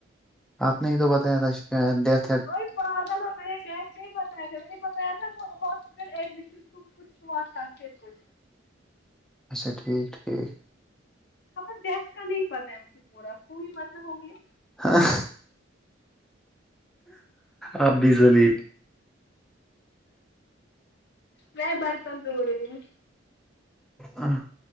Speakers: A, in the centre; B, on the left.
A: آپ نے ہی تو بتایا تھا شاید ڈیت
B: اوئے پاگل ہوں میں ایسے نہیں بتایا تھا میں بتایا تھا ہاسپٹل ایڈمٹ تھی اس کو کچھ ہوا تھا پھر کچھ
A: اچھا ٹھیک ٹھیک
B: خبر ڈیتھ کا نہیں پتا ہے مجھے پورا کوئی متہ ہو گیا
A: ہاں اب بھی سنی
B: میں برتن دھو رہی ہوں
A: اں ہاں